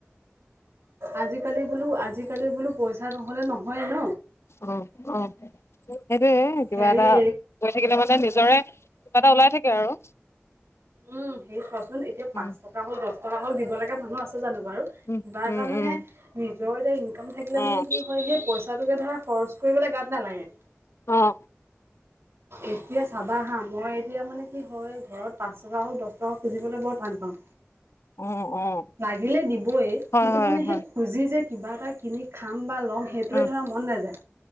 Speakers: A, on the right; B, on the left.
A: আজিকালি বোলো -আজিকালি বোলো? পইচা নহ'লে নহয়ে ন
B: অ অ সেইটয়ে কিবা
A: হেৰি
B: এটা কৰি থাকিলে মানে নিজৰে কিবা এটা ওলাই থাকে আৰু।
A: উম হেৰি চোৱাচোন এতিয়া
B: উম,
A: পাঁচ টকা হওক দহ টকা হওক দিবলগীয়া মানুহ আছে জানো। বাৰু কিবা
B: উম, উম,
A: এটা মানে
B: উম,
A: নিজৰ এটা ইনকাম থাকিলে
B: অ',
A: মানে কি হয়গে পইচা টোকে ধৰা খৰচ ফুৰিবলে গাত নালাগে।
B: অঁ
A: এতিয়া চাবা হা মই এতিয়া মানে কি হয় ঘৰত পাচ। দ টকা হওক দহ টকাওক খুজিবলৈ বৰ টান পাওঁ।
B: অ', অ',
A: লাগিলে দিবই
B: হয়,
A: কিন্তু
B: হয়,
A: মানে সেই
B: হয়,
A: খুজি যে। কিবা এটা কিনি খাম বা ল'ম সেইটোৱে
B: অ',
A: ধৰা মন নাযায়